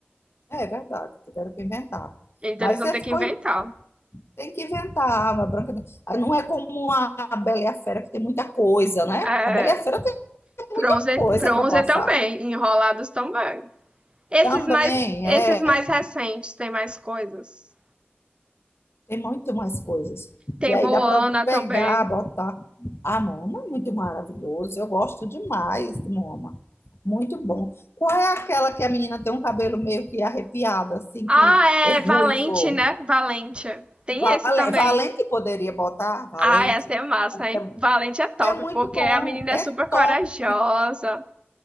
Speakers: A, on the left; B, on the right.
A: É verdade, tiveram que inventar.
B: Então
A: Mas
B: eles vão
A: você
B: ter
A: ficou,
B: que inventar.
A: em- tem que inventar a Arma Branca. Ah, Não é como a a Bela e a Fera, que tem muita coisa, né?
B: É,
A: A Bela e a Fera tem muita
B: Fronze,
A: coisa
B: Fronze
A: para passar.
B: também, Enrolados também. Esses
A: Também,
B: mais, esses
A: é.
B: mais recentes tem mais coisas.
A: Tem muito mais coisas.
B: Tem
A: Que aí
B: Moana
A: dá para pegar,
B: também.
A: botar. A Moma é muito maravilhoso. Eu gosto demais de Moma. Muito bom. Qual é aquela que a menina tem um cabelo meio que arrepiado, assim,
B: Ah,
A: que é ruivo?
B: é Valente, né? Valente. Tem
A: Vale-
B: esse também.
A: Valente poderia botar? Valente.
B: Ah, essa é massa,
A: Porque
B: hein?
A: É,
B: Valente é top,
A: é muito
B: porque
A: bom.
B: a menina
A: É
B: é super corajosa.
A: top.